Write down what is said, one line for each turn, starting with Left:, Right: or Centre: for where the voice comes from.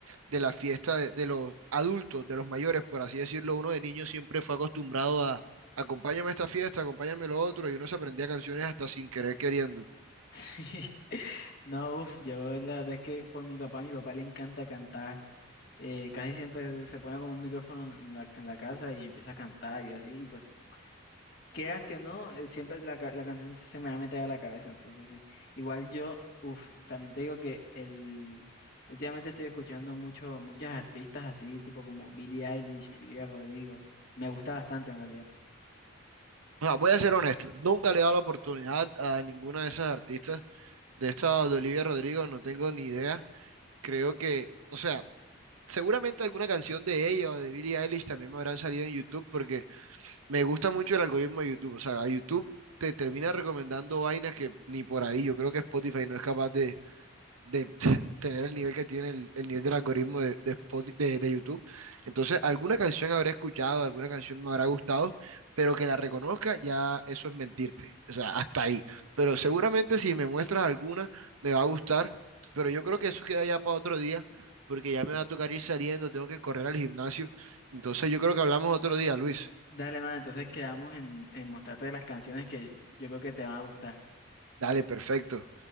Right: de la fiesta de, de los adultos, de los mayores, por así decirlo, uno de niño siempre fue acostumbrado a acompáñame a esta fiesta, acompáñame a lo otro, y uno se aprendía canciones hasta sin querer queriendo.
Left: Sí. No, uff, yo la verdad es que por mi papá, mi papá le encanta cantar. eh, casi siempre se pone con un micrófono en la, en la casa y empieza a cantar y así, y pues, quieras que no, eh, siempre la, ca- la canción se me va a meter a la cabeza, entonces sí. Igual yo, uff, también te digo que el... Últimamente estoy escuchando mucho, muchas artistas así, tipo como Billie Eilish, Olivia Rodrigo. Me gusta bastante en realidad.
Right: O sea, voy a ser honesto, nunca le he dado la oportunidad a ninguna de esas artistas. De esta de Olivia Rodrigo no tengo ni idea. Creo que, o sea, Seguramente alguna canción de ella o de Billie Eilish también me habrán salido en YouTube porque me gusta mucho el algoritmo de YouTube. O sea, a YouTube te termina recomendando vainas que ni por ahí. Yo creo que Spotify no es capaz de, de <laughs> tener el nivel que tiene el, el nivel del algoritmo de, de Spoti- de- de YouTube. Entonces, alguna canción habré escuchado, alguna canción me habrá gustado, pero que la reconozca, ya eso es mentirte. O sea, hasta ahí. Pero seguramente si me muestras alguna, me va a gustar, pero yo creo que eso queda ya para otro día, porque ya me va a tocar ir saliendo, tengo que correr al gimnasio. Entonces, yo creo que hablamos otro día, Luis.
Left: Dale, man, entonces quedamos en, en mostrarte las canciones que yo creo que te van a gustar.
Right: Dale, perfecto.